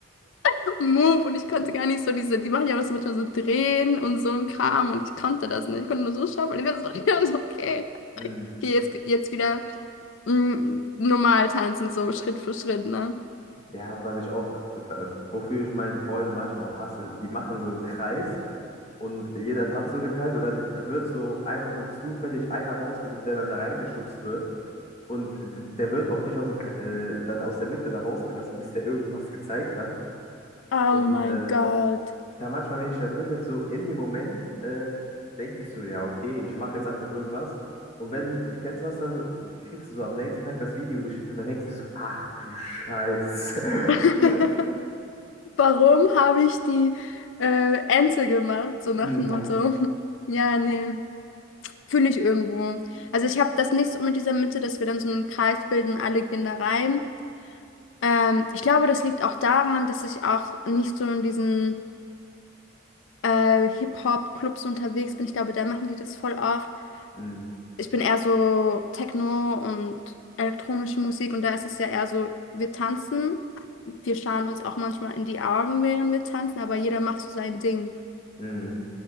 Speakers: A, on the left (about 70°); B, on the left (about 35°).
A: Shuffle-Move und ich konnte gar nicht so diese, die machen ja auch so manchmal so drehen und so ein Kram und ich konnte das nicht. Ich konnte nur so shuffle. Und ich war so, <laughs> ich war so, okay,
B: Mm.
A: okay, jetzt, jetzt wieder. Mm, normal tanzen, so Schritt für Schritt, ne?
B: Ja, was ich auch, wofür ich meine Freunde manchmal auch hasse, die machen so einen Kreis Und jeder tanzt so in dem Kreis und dann wird so einmal so zufällig einer rausgesucht, der dann da reingeschubst wird. Und d- der wird auch nicht aus dem, K- äh, dann aus der Mitte da rausgelassen, bis der irgendwas gezeigt hat.
A: Oh
B: Und
A: mein
B: äh,
A: Gott.
B: da manchmal, wenn ich da drin bin, so in dem Moment, äh, denke ich so, ja, okay, ich mache jetzt einfach irgendwas. Und wenn, kennst du das, dann kriegst du so am nächsten Tag das Video geschickt und dann denkst du so, ach du Scheiße.
A: <laughs>
B: <laughs>
A: Warum habe ich die äh, Ente gemacht? So nach
B: Mm,
A: dem Motto. <laughs> Ja, nee, fühle ich irgendwo. Also ich habe das nicht so mit dieser Mitte, dass wir dann so einen Kreis bilden, alle gehen da rein. Ähm, ich glaube, das liegt auch daran, dass ich auch nicht so in diesen äh, Hip-Hop-Clubs unterwegs bin. Ich glaube, da machen die das voll oft.
B: mm,
A: ich bin eher so Techno und elektronische Musik und da ist es ja eher so, wir tanzen, wir schauen uns auch manchmal in die Augen, während wir tanzen, aber jeder macht so sein Ding.
B: mm.